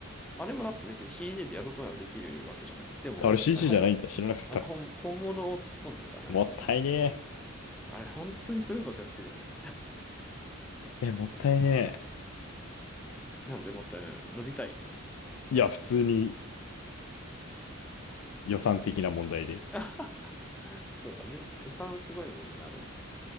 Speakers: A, in the centre; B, on the left.
A: あれもだって別に CG でやろうと思えばできるわけじゃないでも、
B: あれ CG
A: あれほん
B: じゃないんだ。知らなかった。
A: あれ、本、
B: <laughs>
A: 本物を突っ込んでるからね、
B: もったいね
A: あれ。あれ、本当にすごいことやってるよね。
B: え。え、もったいね
A: なんでもったいないの。乗りたい。
B: え。いや、普通に予算的な問題で。
A: <laughs> そうだね。予算すごいもんね、あれ。